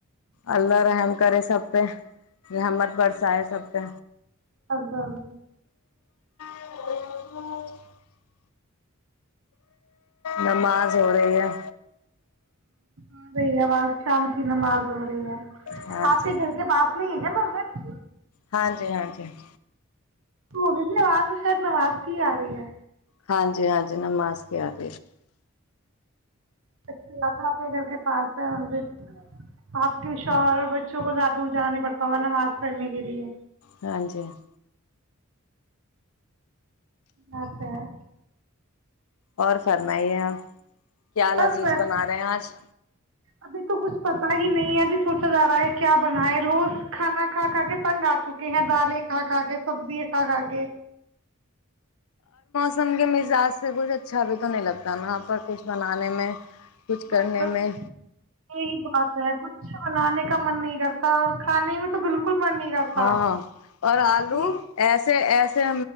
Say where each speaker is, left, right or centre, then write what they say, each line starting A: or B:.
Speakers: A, on the left; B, on the right.
A: اللہ رحم کرے سب پہ یہ ہمر پررسائے سب پہ
B: ہ ہاں ہاں <unintelligible>
A: اچ <unintelligible> نماز ہو رہی ہے
B: آ رہی ہےواز شام کی نماز ہو رہی ہے
A: ہاں
B: آپ
A: جی
B: کے گھر کے پاس میریا منگت
A: ہاں جی ہاں جی <unintelligible>
B: وہگ آواز میں شاید نماز کی آ رہی ہے
A: ہاں جی ہاں جی نماز کے آ گ
B: اچ بات ہے اپنے گھر کے پاس ہے م آپ کے شوہر اور بچوں کو زیادہ دور جانا نہیں پڑتا ہوگا نماز پڑھنے کے لیے
A: ہاں جی <unintelligible>
B: م پ <unintelligible>
A: اور فرمائیے آپ <unintelligible> کیا لذیذ
B: بس بس
A: بنا رہے ہیں آج
B: ابھی تو کچھ پتا ہی نہیں ہے ابھی سوچا جا رہا ہے کیا بنا ہے روز کھانا کھا کا کے تنگ آتا چکے ہیں دالیں کا کھا کے سبزی کھا کا کے
A: قسم کے مزاج سے کچھ اچھا بھی تو نہیں لگتا وہاں پر کچھ بنانے میں کچھ کرنے
B: بس بس
A: میں
B: یہی بات ہے کچھ بنانے کا من نہیں کرتا ہاں اور کھانے میں تو بالکل من نہیں کرتا
A: ہاں اور آلو
B: اور
A: ایس سے ایسے